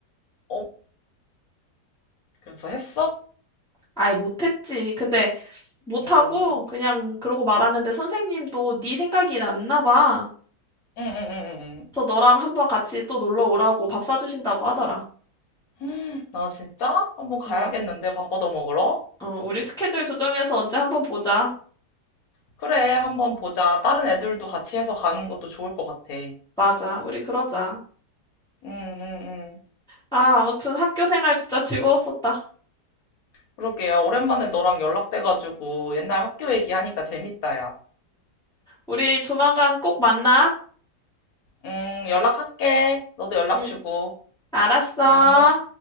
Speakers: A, on the left (about 65°); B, in the centre.
A: 어, 그래서 했어?
B: 아예 못했지. 근데 못하고
A: 음,
B: 그냥 그러고 말았는데 선생님도 네 생각이 났나 봐.
A: 응, 응, 응, 응.
B: 그래서 너랑 한번 같이 또 놀러 오라고 밥 사주신다고 하더라.
A: 응. 나 진짜? 한번 가야겠는데,
B: 응.
A: 밥얻어 먹으러?
B: 어, 우리 스케줄 조정해서 언제 한번 보자.
A: 그래, 한번 보자. 다른 애들도 같이 해서 가는 것도 좋을 것 같아. 응,
B: 맞아, 우리 그러자.
A: 응, 응.
B: 아, 아무튼 학교 생활 진짜 즐거웠었다.
A: 그러게요. 오랜만에 너랑 연락돼가지고 옛날 학교 얘기하니까 재밌다, 야.
B: 우리 조만간 꼭 만나.
A: 음, 연락할게. 너도 연락
B: 응,
A: 주고.
B: 알았어.
A: 음.